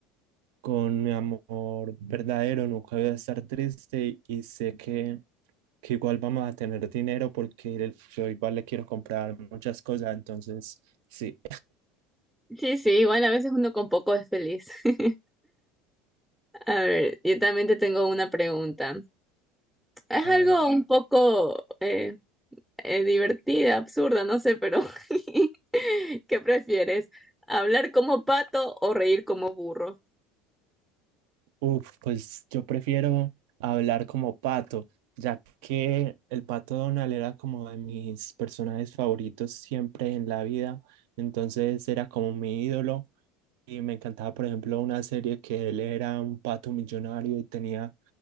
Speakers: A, on the right; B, in the centre.
A: con mi amor verdadero, nunca voy a estar triste y sé que, que igual vamos a tener dinero porque el- yo igual le quiero comprar muchas cosas, entonces sí,
B: Sí, sí, igual a veces uno con poco es feliz. <laughs> A ver, yo también te tengo una pregunta. Es
A: a
B: algo
A: ver,
B: un poco eh, eh, divertida, absurda, no sé, pero <laughs> ¿qué prefieres? ¿Hablar como pato o reír como burro?
A: uf, pues yo prefiero hablar como pato, ya que el pato Donald era como de mis personajes favoritos siempre en la vida, entonces era como mi ídolo. Y me encantaba, por ejemplo, una serie que él era un pato millonario y tenía